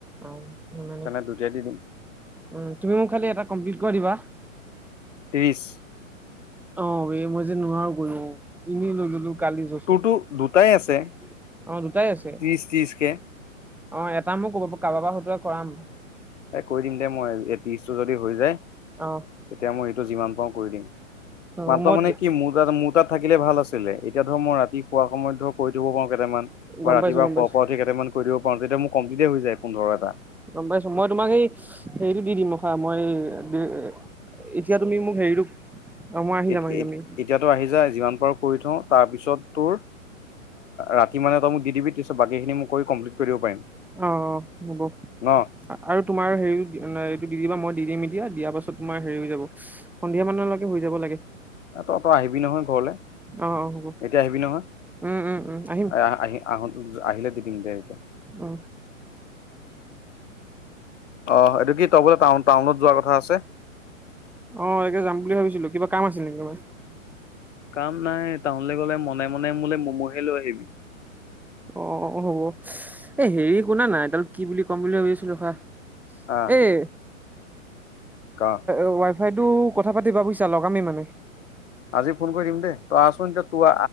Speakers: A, in the centre; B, on the left.
A: অ মানে
B: তেনে দুটাই দি দিম।
A: উম, তুমি মোক খালি এটা কমপ্লিট কৰি দিবা।
B: ত্ৰিশ।
A: অঁ বে, মই যে নোৱাৰো কৰিব, এনেই লৈ গ'লো। কালি। <unintelligible>
B: তোৰতো দুটাই আছে
A: অ', দুটাই আছে।
B: ত্ৰিশ ত্ৰিশ কে
A: অঁ, এটা মোক ক'ব, কাৰোবাৰ সতে কৰাম।
B: এ কৰি দিম দে মই। এই ত্ৰিশ টো যদি হৈ যায়,
A: অ
B: তেতিয়া মই এইটো যিমান পাৰো কৰি দিম। <unintelligible>
A: অ
B: মাত্ৰ
A: মই
B: মানে কি মোৰ তা, মোৰ তাত থাকিলে ভাল আছিলে। এতিয়া ধৰ মই ৰাতি শুৱা সময়ত ধৰ কৰি দিব পাৰো কেটামান।
A: গম
B: বা ৰাতিপোৱা
A: পাইছো গম
B: শুৱা
A: পাইছো
B: পৰা উঠি কেইটামান কৰি দিব পাৰো, তেতিয়া মোৰ কমপ্লিটেই হৈ যায় পোন্ধৰ কেতা।
A: গম পাইছো মই তোমাক এই, হেৰিতটো দি দিম ৰখা, মই এ, এতিয়া তুমি মোক হেৰিটো অ মই আহি
B: এতি
A: যাম আহি যাম এই
B: এতিয়াতো আহি যায়, যিমান পাৰো কৰি থওঁ। তাৰপিছত তোৰ ৰাতি মানে তই মোক দি দিবি, তাৰ বাকীখিনি মই কৰি কমপ্লিট কৰি দিব পাৰিম।
A: অ', অ', হ'ব।
B: ন
A: আৰু তোমাৰ হেৰি এইটো দি দিবা, মই দি দিম এতিয়া, দিয়াৰ পাছত তোমাৰ হেৰি হৈ যাব, সন্ধিয়া মানলৈকে হৈ যাব লাগে।
B: এই তই তই আহিবি নহয় ঘৰলৈ,
A: অ অ হ'ব
B: এতিয়া আহিবি নহয়।
A: উম উম উম আহিম
B: আহি আহ আহিল দি দিম দে। এতিয়া
A: উম।
B: অহ, এইটো কি তই বোলে টান টাউনত যোৱাৰ কথা আছে?
A: অঁ <unintelligible> যাম বুলি ভাবিছিলো, কিবা কাম আছে নেকি তোমাৰ?
B: কাম নাই, টাউনলৈ গ'লে মনে মনে মোলৈ মম' হে লৈ আহিবি।
A: অ', হ'ব। এ হেৰি শুনা না, এডাল- কি বুলি ক'ম বুলি ভাবিছো ৰখা,
B: আহ
A: এই
B: ক
A: উ ৱ ৱ থাইতো কথা পাতিবা বুজিছা লগামে মানে
B: আজি ফোন কৰি দিম দে, তই আ'চোন এতিয়া তোৰ